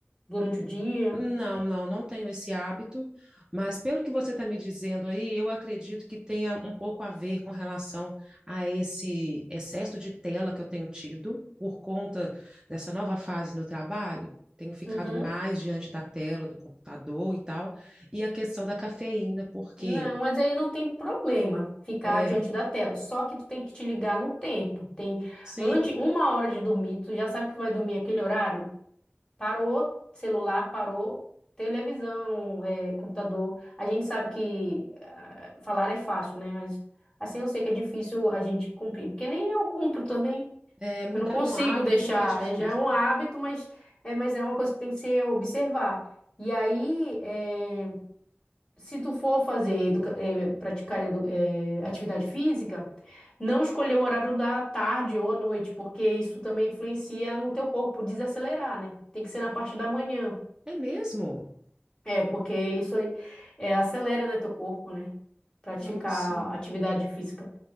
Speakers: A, on the left; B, on the right.
A: durante o dia.
B: não, não, não tenho esse hábito. Mas pelo que você está me dizendo aí, eu acredito que tenha um pouco a ver com relação a esse excesso de tela que eu tenho tido por conta dessa nova fase no trabalho. Tenho ficado
A: Uhum.
B: mais diante da tela, do computador e tal. E a questão da cafeína, porque.
A: Não, mas aí não tem problema ficar
B: É,
A: diante da tela. Só que tu tem que te ligar no tempo. Tem
B: sim.
A: antes uma hora de dormir, tu já sabe que tu vai dormir aquele horário. Parou celular, parou televisão, eh, computador. A gente sabe que ah, falar é fácil, né? Mas assim eu sei que é difícil a gente cumprir, porque nem eu cumpro também.
B: É, mudar
A: Eu não consigo
B: um hábito
A: deixar.
B: é difícil.
A: eh, já é um hábito, mas é, mas é uma coisa que tem que ser observar. E aí, eh, se tu for fazer, educa- eh, praticar edu- eh, atividade física, não escolher o horário da tarde ou à noite, porque isso também influencia no teu corpo desacelerar, né? Tem que ser na parte da manhã.
B: É mesmo?
A: É, porque isso aí, eh, acelera, né, teu corpo, né? Praticar
B: Nossa.
A: atividade física.